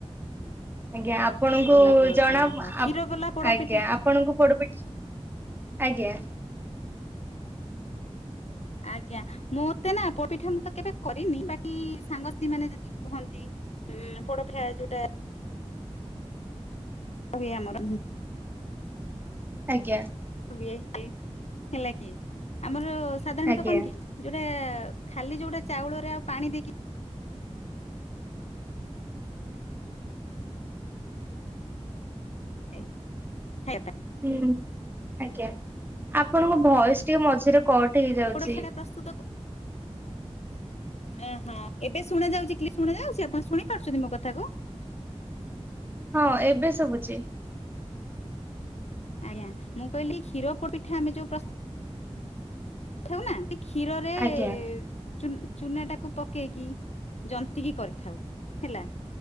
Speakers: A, on the right; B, on the left.
A: ଆଜ୍ଞା ଆପଣଙ୍କୁ
B: ପୋଲା ପୋଡ
A: ଜଣା
B: ଓହୋ
A: ଆପ
B: କ୍ଷୀର ବାଲା ପୋଡପିଠା
A: ଆଜ୍ଞା ଆପଣଙ୍କୁ ପୋଡ଼ ପିଠା- ଆଜ୍ଞା।
B: ଆଜ୍ଞା ମୋତେ ନା ପୋଡ଼ ପିଠା ମୁଁ ତ କେବେ କରିନି, ବାକି ସାଙ୍ଗ ସାଥି ସି ମାନେ ଯଦି କୁହନ୍ତି ହୁଁ ପୋଡ଼ପିଠା ଯୋଉଟା ହୁଏ <unintelligible>
A: ଆଜ୍ଞା।
B: ହୁଏ ହେଲା କି ଆମର ସାଧାରଣତଃ
A: ଆଜ୍ଞା
B: କଣ କି? ଯୋଉଟା ଖାଲି ଯୋଉଟା ଚାଉଳରେ ଆଉ ପାଣି ଦେଇକି ଖ ଖାଇବା ପା
A: ହୁଁ ଆଜ୍ଞା ଆପଣଙ୍କ ଭଏସ ଟିକେ ମଝିରେ କଟ ହେଇଯାଉଛି।
B: ପୋଡପିଠା ଟା ପ୍ରସ୍ତୁତ ଅ ହଁ ଏବେ ଶୁଣାଯାଉଛି କ୍ଳିଅର ଶୁଣ ଯାଉଛି ଆପଣ ଶୁଣିପାରୁଛନ୍ତି ମୋ କଥାକୁ?
A: ହଁ ଏବେ ସୁବୁଛି।
B: ଆଜ୍ଞା ମୁଁ କହିଲି କ୍ଷୀର ପୋଡ଼୍ ପିଠା ଆମେ ଯୋଉ ପ୍ରସ୍ତୁତ ଥାଉ ନା ସେ କ୍ଷୀରରେ
A: ଆଜ୍ଞା।
B: ଉ ଚୁନ୍ ଚୁନା ଟାକୁ ପକେଇକି ଜନ୍ତିକି କରିଥାଉ ହେଲା।